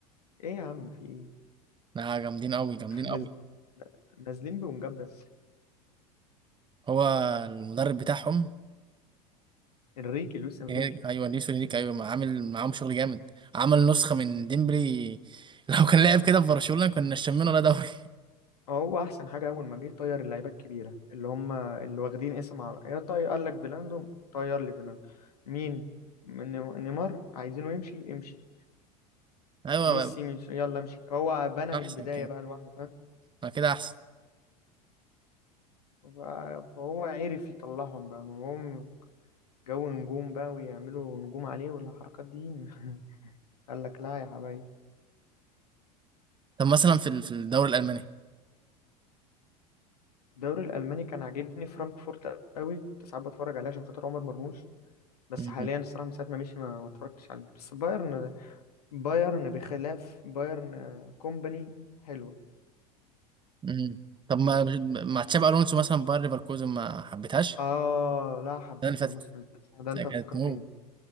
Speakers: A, on the left; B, on the right.
A: ايه يا عم في ايه
B: لا جامدين قوي جامدين قوي
A: ناز- نازلين بونجاب بس
B: هو المدرب بتاعهم
A: انريكي لويس انريكي
B: إيه، ايوه نيسو ليك ايوه ما عامل معاهم شغل جامد عمل نسخه من ديمبلي <laughs> لو كان لعب كده في برشلونه كنا شمينا ولا دوري
A: اه، هو احسن حاجه اول ما جه طير اللعيبه الكبيره اللي هم اللي واخدين اسم على يا طير قال لك فيلاندو طير لي فيلاندو مين من نيمار عايزينه يمشي يمشي
B: <laughs> ايوه
A: ميسي
B: بقى-
A: مش يلا امشي هو بنى
B: احسن
A: من البدايه
B: كده
A: بقى لوحده فاهم
B: ما كده احسن
A: ف- فهو عرف يطلعهم بقى هم جو نجوم بقى ويعملوا نجوم عليه والحركات دي <laughs> قال لك لا يا حبايبي
B: طب مثلا في ال- في الدوري الالماني
A: الدوري الالماني كان عاجبني فرانكفورت قوي كنت ساعات بتفرج عليه عشان خاطر عمر مرموش بس
B: مم.
A: حاليا الصراحه من ساعه ما مشي ما ما اتفرجتش عليه بس بايرن بايرن بخلاف بايرن آه، كومباني حلوه
B: مم. طب
A: كو-
B: ما مع تشابي الونسو مثلا باير ليفركوزن ما حبيتهاش
A: اه لا حبيتها
B: السنه اللي فاتت
A: الموسم اللي فات صح، ده انت
B: كانت
A: فكرتني
B: موت